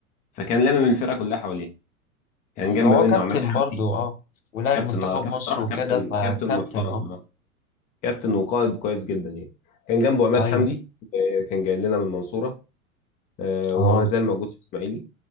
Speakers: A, on the left (about 20°); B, on the left (about 60°).
A: فكان لامم الفرقه كلها حواليه كان
B: مم.
A: جنب
B: هو
A: منه
B: كابتن
A: عماد حمدي
B: برضو اه ولعب
A: كابتن
B: منتخب
A: اه كابتن
B: مصر
A: صراحه
B: وكده
A: كابتن
B: فكابتن
A: كابتن محترم
B: اه
A: آه. كابتن وقائد كويس جدا يعني كان جنبه عماد
B: ايوه
A: حمدي آه، كان جاي لنا من المنصورة آه،
B: اه
A: وما زال موجود في إسماعيلي